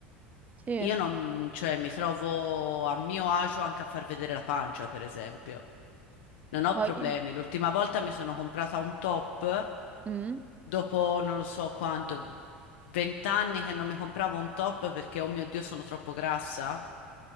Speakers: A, on the right; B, on the left.
A: Sì,
B: io non, cioè, mi trovo a mio agio anche a far vedere la pancia, per esempio. Non ho
A: No,
B: problemi.
A: i-
B: L'ultima volta mi sono comprata un top
A: mm,
B: dopo non lo so quanto, vent'anni che non mi compravo un top perché, oh mio Dio, sono troppo grassa.